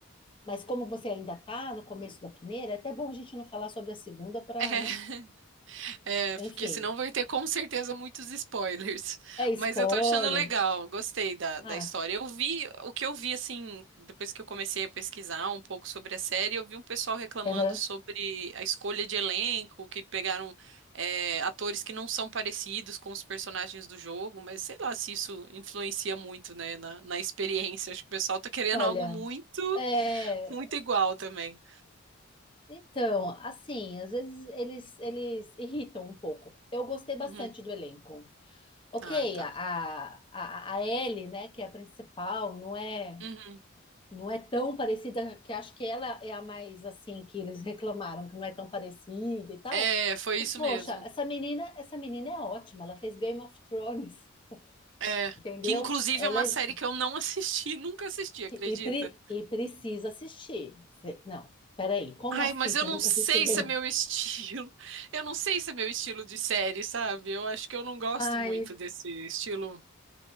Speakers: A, on the left; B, on the right.
A: mas como você ainda está no começo da primeira, é até bom a gente não falar sobre a segunda para,
B: É. <laughs>
A: né?
B: É,
A: Enfim,
B: porque senão vai ter com certeza muitos spoilers. <laughs>
A: é spoiler.
B: Mas eu tô achando legal, gostei da, da
A: Ah,
B: história. Eu vi, o que eu vi, assim, depois que eu comecei a pesquisar um pouco sobre a série, eu vi um pessoal reclamando
A: aham.
B: sobre a escolha de elenco, que pegaram, é, atores que não são parecidos com os personagens do jogo, mas sei lá se isso influencia muito, né, na, na experiência. Acho que o pessoal tá querendo
A: Olha,
B: algo muito,
A: é,
B: muito igual também.
A: então, assim, às vezes eles eles irritam um pouco. Eu gostei bastante
B: Uhum.
A: do elenco. Ok,
B: Ah, tá.
A: a a, a a Ellie, né, que é a principal, não é
B: Uhum.
A: Não é tão parecida, que acho que ela é a mais assim que eles reclamaram, que não é tão parecida e tal.
B: É, foi
A: Mas
B: isso
A: poxa,
B: mesmo.
A: essa menina, essa menina é ótima, ela fez Game of Thrones,
B: É,
A: <laughs> entendeu?
B: que inclusive
A: Ela
B: é uma
A: é
B: série que eu não assisti, <laughs> nunca assisti, acredita?
A: que- e, pre- e precisa assistir. Cê- não, peraí, como
B: Ai,
A: assim?
B: mas
A: Você
B: eu não
A: nunca
B: sei
A: assistiu Game
B: se é meu
A: of
B: estilo. <laughs> Eu não sei se é meu estilo de série, sabe? Eu acho que eu não gosto
A: Ai,
B: muito desse estilo.